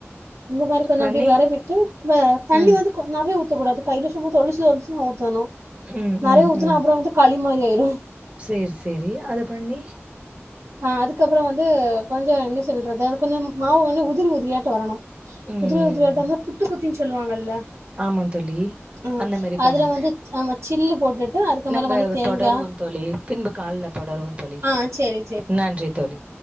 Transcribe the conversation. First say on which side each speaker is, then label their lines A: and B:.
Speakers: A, on the right; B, on the right.
A: இந்த மாரி கொஞ்சோ
B: பண்ணி
A: அப்டியே வேறவீட்டு வே தண்ணி
B: ம்
A: வந்து கொ நா அப்டியே ஊத்த கூடாது கைல சும்மா தொளிச்சி தொளிச்சி தா ஊத்தணு
B: ம்
A: நெறையா
B: ம்
A: ஊத்துனா
B: ம்
A: அப்பறோ வந்து களி மாரி ஆயிரு
B: சேரி சேரி அத பண்ணி
A: ஆஹ் அதுக்கப்புறம் வந்து கொஞ்சம் என்ன சொல்றது கொஞ்சம் மாவு வந்து உதிரி உதிரியாட்டு வரணு
B: ம்
A: உதிரி உதிரியாட்டந்தா புட்டுக்கு ரின் சொல்லுவாங்கல்ல
B: ஆமா தோழி
A: ம்
B: அந்த மாரி பண்ணும்
A: அதுல வந்து ஆமா சில்லு போட்டுட்டு அதுக்கு
B: நம்ம
A: மேல கொஞ்சோ தேங்கா
B: தொடரு வோ தோழி பின்பு கால்ல தொடருவோ தோழி
A: ஆ சேரி சேரி
B: நன்றி தோழி